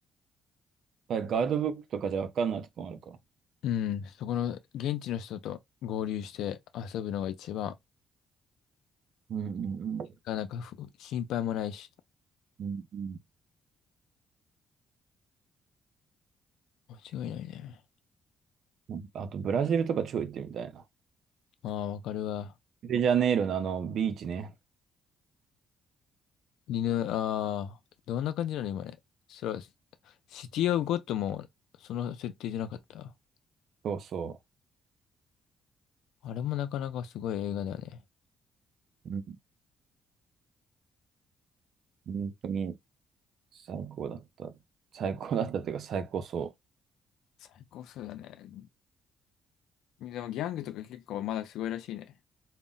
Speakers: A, on the right (about 65°); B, on the left (about 85°).
A: やっぱりガイドブックとかじゃわかんないとこもあるから。
B: うん、そこの現地の人と合流して遊ぶのが一番、
A: うんうんうん。
B: なかなかふ心配もないし、
A: うん
B: 間違いないね。
A: うん。あと、ブラジルとか超行ってみたいな。
B: ああ、わかるわ。
A: リオデジャネイロのあのビーチね。
B: リヌ、ああ、どんな感じなの今ね。それは、シティオブゴッドもその設定じゃなかった。
A: そうそ
B: あれもなかなかすごい映画だよね。
A: う。うん本当に最高だった。最高だったっていうか最高そ
B: 最高そうだね。でもギャングとか結構まだすごいらしいね。